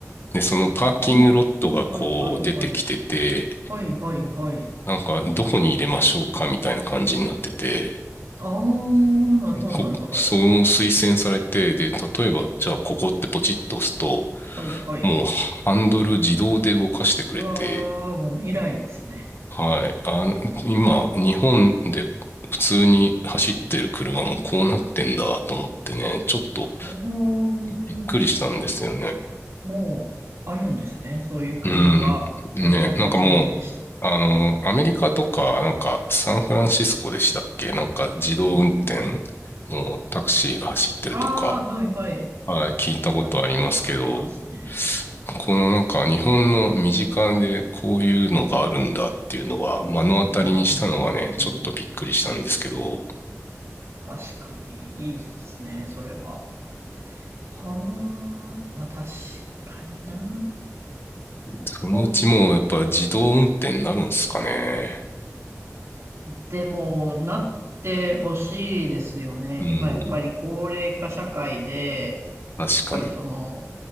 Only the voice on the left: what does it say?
で、そのパーキングロットがこう出てきてて、
なんかどこに入れましょうかみたいな感じになってて、
こ、
その推薦されて、で、例えば、じゃあここってポチッと押すと、
もうハンドル自動で動かしてくれて、
はい。あの、今、日本で普通に走ってる車もこうなってんだと思ってね、ちょっと
びっくりしたんですよね。
うん。ね、
なんかもう、あの、アメリカとか、なんかサンフランシスコでしたっけなんか自動運転
のタクシーが走ってるとか、
はい、聞いたことありますけど、
このなんか日本の身近でこういうのがあるんだっていうのは目の当たりにしたのがね、
ちょっとびっくりしたんですけど、
そのうちもうやっぱ自動運転になるんですかね。
うん。
確かに。